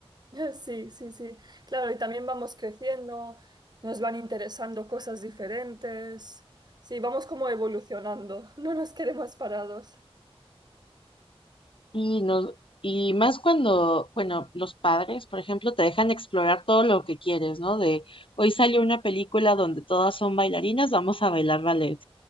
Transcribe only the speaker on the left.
Y no, y más cuando, bueno, los padres, por ejemplo, te dejan explorar todo lo que quieres, ¿no? De hoy salió una película donde todas son bailarinas, vamos a bailar ballet.